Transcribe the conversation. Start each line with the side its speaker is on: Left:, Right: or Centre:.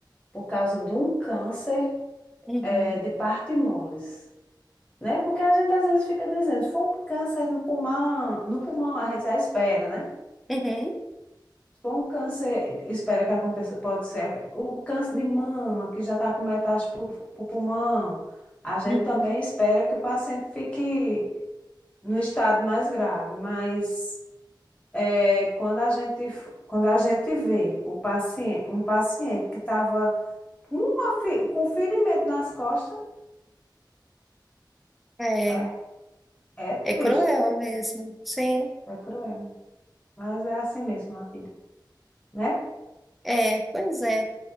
Left: por causa de um câncer
Centre: Uhum,
Left: é, de parto e moles, né? Porque a gente às vezes fica dizendo, se for um câncer no pulmão, no pulmão a gente já espera, né?
Centre: uhum,
Left: Se for um câncer, espera que aconteça, pode ser o câncer de mama, que já está com metástase para o pulmão, a gente
Centre: uhum.
Left: também espera que o paciente fique no estado mais grave, mas é, quando a gente, quando a gente vê o paciente, um paciente que estava com, uma fi- com um ferimento nas costas,
Centre: É,
Left: é, é triste,
Centre: é cruel mesmo. Sim,
Left: é cruel. Mas é assim mesmo a vida, né?
Centre: é, pois é.